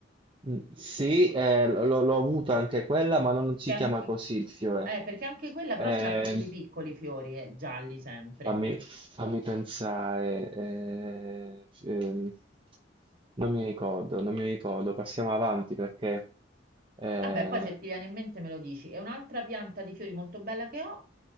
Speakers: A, on the right; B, on the right.
A: Mm, Sì, eh, l- l'ho l'ho avuta anche quella, ma non si
B: Che anche...
A: chiama così il fiore.
B: Eh, perché anche quella però
A: Eh,
B: ce l'ha piccoli piccoli fiori, eh, gialli sempre.
A: fammi, fammi pensare. eh, f- ehm, non mi ricordo, non mi ricordo. Passiamo avanti perché... eh,
B: Vabbè, poi se ti viene in mente me lo dici. E un'altra pianta di fiori molto bella che ho,